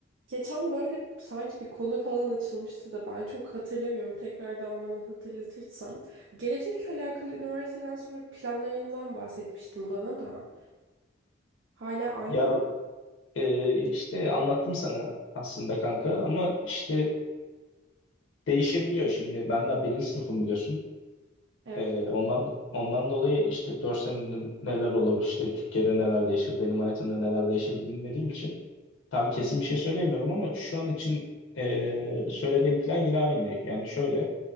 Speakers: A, on the right; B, on the left.
A: Geçen böyle sanki bir konu falan açılmıştı da ben çok hatırlamıyorum. Tekrardan bana hatırlatırsan. Gelecekle alakalı üniversiteden sonra planlarından bahsetmiştin bana da. Hala aynı
B: Ya
A: mı?
B: e, işte anlattım sana aslında kanka ama işte değişebiliyor şimdi. Ben daha birinci sınıfım biliyorsun.
A: Evet.
B: E, ondan ondan dolayı işte dört senede neler olur işte Türkiye'de neler değişir benim hayatımda neler değişir bilmediğim için tam kesin bir şey söyleyemiyorum ama şu an için e, söylediğim plan yine aynı. Yani şöyle